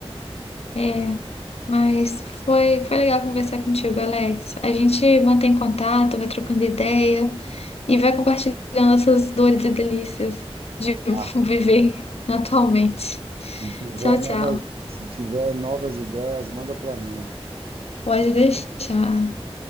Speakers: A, on the left (about 70°); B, on the right (about 65°).
A: É. Mas foi, foi legal conversar contigo, Alex. A gente mantém contato, vai trocando ideia e vai compartilhando essas dores e delícias de <laughs>
B: Ah,
A: viver atualmente.
B: se tiver
A: Tchau,
B: novas,
A: tchau.
B: se tiver novas ideias, manda para mim.
A: Pode deixar.